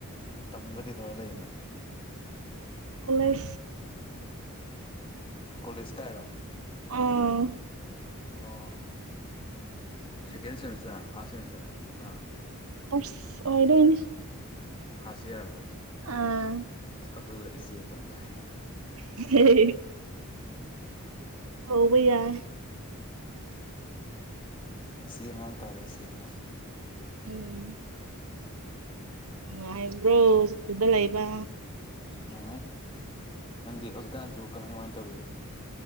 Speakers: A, on the left; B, on the right.
A: ꯎꯝ ꯇꯝꯗ ꯀꯩꯗꯧꯔ ꯂꯩꯔꯤꯅꯣ
B: ꯀꯣꯂꯦꯖ
A: ꯀꯣꯂꯦꯖ ꯀꯥꯏꯔꯣ
B: ꯑꯣ
A: ꯑꯣ ꯁꯦꯀꯦꯟ ꯁꯦꯃꯤꯁꯇꯔ ꯐꯥꯔꯁ ꯁꯦꯃꯤꯁꯇꯔ ꯍꯥꯥ
B: ꯐꯥꯔꯁ ꯑꯣꯏꯗꯣꯏꯅꯦ
A: ꯐꯥꯔꯁ ꯏꯌꯥꯔ
B: ꯑꯥ
A: ꯑꯗꯨꯒ ꯏꯆꯦ ꯀꯧꯒꯥꯏ
B: <unintelligible> ꯍꯧꯕ ꯌꯥꯏ
A: ꯎꯝ ꯏꯆꯦ ꯑꯉꯥꯡ ꯇꯥꯔꯦ ꯏꯆꯦ ꯑꯉꯥꯡ
B: ꯎꯝ ꯅꯨꯡꯉꯥꯏꯕ꯭ꯔꯣ ꯑꯗꯨꯗ ꯂꯩꯕ
A: ꯅꯨꯡꯉꯥꯏ ꯅꯪꯗꯤ ꯍꯧꯖꯤꯛꯀꯥꯟꯁꯤ ꯀꯃꯥꯏ ꯀꯃꯥꯏꯅ ꯇꯧꯔꯤꯒꯦ